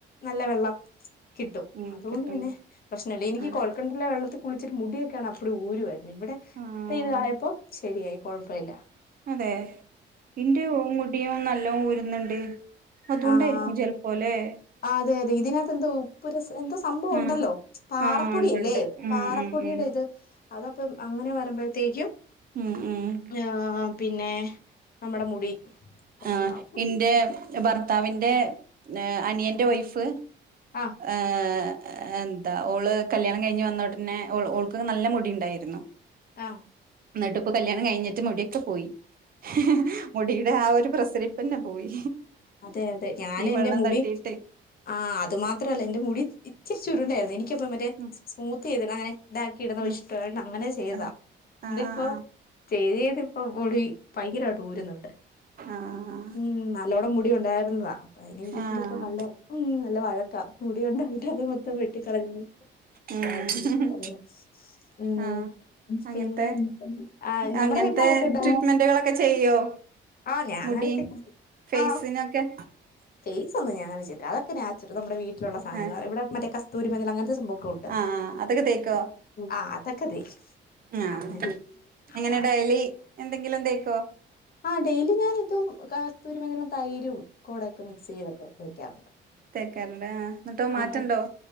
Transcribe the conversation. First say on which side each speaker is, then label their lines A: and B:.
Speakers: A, on the left (about 50°); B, on the right (about 45°).
A: നല്ല വെള്ളം. കിട്ടും
B: ഉം
A: അതൊണ്ട്
B: കിട്ടും
A: പിന്നെ പ്രശ്നമല്യ എനിക്ക്
B: ആഹ്
A: കൊയൽകെണറിലെ വെള്ളത്തിൽ കുളിച്ചിട്ട് മുടിയൊക്കെയാണ് അപ്പടി ഊരുവര്ന്ന്. ഇവിടെ
B: ആഹ്
A: ഇപ്പോ തായപ്പോ ശരിയായി കൊഴപ്പല്യ.
B: അതെ ഇന്റെ മുടിയും നല്ലോ ഊരുന്നുണ്ട്. അതുകൊണ്ടായിരിക്കും
A: ആഹ
B: ചെലപ്പോല്ലേ
A: അതെ അതെ ഇതിനകത്ത് എന്ത ഉപ്പ് രസം എന്ത സംഭവ ഉണ്ടല്ലോ.
B: ആഹ്
A: പാറപ്പൊടി
B: ആഹ് ഇണ്ട്
A: അല്ലേ
B: ഇണ്ട് ഉം
A: പാറപ്പൊടിയുടെ
B: ഉം ഉം
A: ഇത് അതപ്പം അങ്ങനെ വരുമ്പോഴത്തേക്കും.
B: മ്മ് മ്മ്.
A: ആ പിന്നെ നമ്മുടെ മുടി. പ്രശ്നാവും
B: ആ എന്റെ ഭർത്താവിന്റെ അനിയന്റെ വൈഫ്.
A: ആ
B: ഏ. എന്താ ഓള് കല്യാണം കഴിഞ്ഞ് വന്നുടനെ ഓൾ ഓൾക്ക് നല്ല മുടി ഉണ്ടായിരുന്നു.
A: ആ
B: എന്നിട്ടി ഇപ്പോ കല്യാണം കഴിഞ്ഞിട്ട് മുടിയൊക്കെ പോയി ഹ ഹ മുടിയുടെ ആ ഒരു പ്രസരിപ്പ് തന്നെ പോയി.
A: അതെ അതെ ഞാൻ
B: ഈ
A: എന്റെ
B: വെള്ളം
A: മുടി
B: തട്ടിയിട്ട്
A: ആ അത് മാത്രല്ല എന്റെ മുടി ഇച്ചിരി ചുരുണ്ടായിരുന്നു എനിക്കിപ്പം മറ്റേ
B: ഉം
A: സ്മൂത്ത് ചെയ്തിടാന് ഇതാക്കിയിടുന്ന
B: ഉം
A: ഇഷ്ടാണ് അങ്ങനെ ചെയ്താ
B: ആഹ് ആഹ്
A: ഇതിപ്പോ ചെയ്ത് ചെയ്ത് - അപ്പ മുടി ഭയങ്കരമായിട്ട് ഊരുന്നുണ്ട്
B: ആഹ്
A: ഉം നല്ലോണം മുടി ഉണ്ടായിരുന്നതാ.. അതിന് വീട്ടിലിപ്പ
B: ആഹ് ആഹ്
A: നല്ല ഉം നല്ല വഴക്കാ മുടി ഉണ്ടായിട്ട് അത് മൊത്തം വെട്ടിക്കളഞ്ഞ
B: ഉം
A: ബാക്കെ പറ ശ് ശ് ഉം
B: ആഹ് അങ്ങനത്തെ
A: പിന്നെ ആ നമ്മടെ
B: അങ്ങനത്തെ
A: വീട്ടില ആരൊ ക്കെണ്ട്???
B: ട്രീറ്റ്മെന്റുകളൊക്കെ ചെയ്യോ
A: ആഹ് ഞാൻ അങ്ങനത്തേക്ക
B: മുടി ഫേസിനൊക്കെ
A: ആ് ഫേ ഒ തേച്ചു ഞ അങ്ങന ചെയ് അതൊക്കെ നാച്ചുറൽ നമ്മ വീട്ടിലുള്ള സധനങ്ങൾ
B: ഏഹ്
A: ഇവിടെ മറ്റേ കസ്തൂരി മഞൾ അങ്ങന സംഭവം കൂട്ട്
B: ആഹ് അതൊക്കെ തേക്കോ
A: ആഹ് അതൊക്കെ അതെ
B: ആഹ്
A: അങ്ങനെ
B: എങ്ങനെ
A: ആഹ്
B: ഡെയ്ലി എന്തെങ്കിലും തെക്കോ?
A: ആഹ് ഡെയിലി ഞാനിതും കസ്തൂരി മഞളും തൈരും കോടൊക്കെ മിക്സ് ചെയ്തപ്പോ തേക്കാറുണ്ട്.
B: തേക്കാറണ്ട് ആഹ് എന്നിട്ടോ
A: ആ
B: മാറ്റണ്ടോ